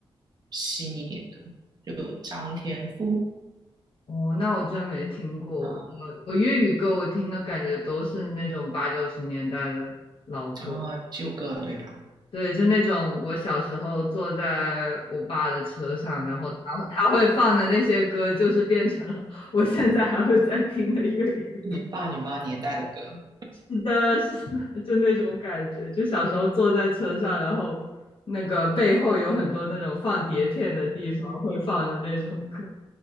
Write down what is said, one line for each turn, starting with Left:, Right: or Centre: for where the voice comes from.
Right: 新一点的，有张天赋
Left: 哦，那我真没听过。
Right: 啊
Left: 我我粤语歌我听的感觉都是那种八九十年代的老歌，
Right: 啊，旧歌对吧？
Left: 对，就那种我小时候坐在我爸的车上，然后他会他会放的那些歌，就是变成了我现在还会在听的粤语
Right: 你爸你妈年代的歌。
Left: <laughs> 是的，<laughs> 是的，就那种感觉，就小时候坐在车上，然后那个背后有很多那种放碟片的地方会放的那种歌。